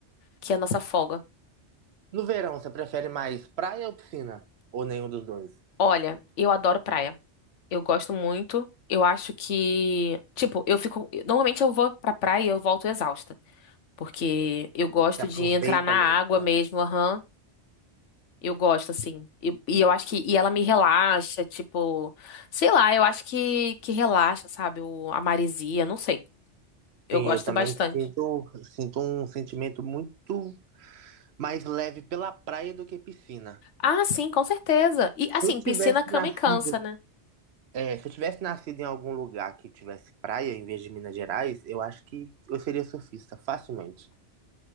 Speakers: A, on the left; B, on the right.
A: que é a nossa folga.
B: No verão, você prefere mais praia ou piscina? Ou nenhum dos dois?
A: Olha, eu adoro praia. Eu gosto muito. Eu acho que, tipo, eu fico, normalmente eu vou pra praia e eu volto exausta, porque eu gosto
B: Você aproveita
A: de entrar na
B: mesmo.
A: água
B: né?
A: mesmo, aham. Eu gosto assim. E, e eu acho que e ela me relaxa, tipo, sei lá, eu acho que que relaxa, sabe? O, a maresia, não sei. Eu
B: Sim,
A: gosto
B: eu também
A: bastante.
B: sinto, sinto um sentimento muito mais leve pela praia do que piscina.
A: Ah, sim, com certeza. E assim,
B: eu tivesse
A: piscina cama
B: nascido.
A: e cansa, né?
B: É, se eu tivesse nascido em algum lugar que tivesse praia em vez de Minas Gerais, eu acho que eu seria surfista, facilmente.